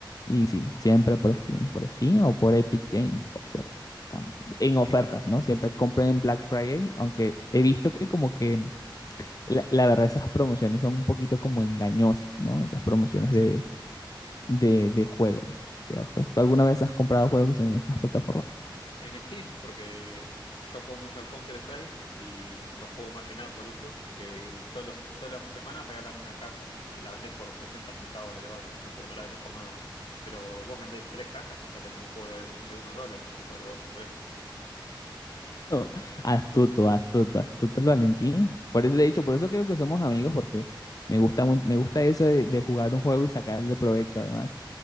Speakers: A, on the left; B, on the left.
A: Y sí, siempre por Steam, por Steam o por Epic Game, por cierto. tam- En ofertas,
B: Sí, bueno, eh,
A: ¿no? Siempre compren en Black Friday, aunque he visto que como que la, la verdad esas promociones son un poquito como engañosas, ¿no? Esas promociones
B: bueno,
A: de,
B: siempre, siempre.
A: de, de juegos, ¿cierto? ¿Tú alguna vez has comprado juegos en estas plataformas?
B: En Steam, porque yo juego mucho al Counter-Strike y lo juego más que nada por esto, porque todos los, todas las semanas regalan una caja que la vendés por 60 centavos de dólar, tipo, no la vendés por nada. Pero vos vendés tres cajas y ya tenés un juego de, algu- de unos dólares, tipo de dos o tres.
A: No, Astuto, astuto, astuto el Valentín. Por eso, de hecho, por eso creo que somos amigos, porque me gusta, mu- me gusta eso de, de jugar un juego y sacarle provecho además.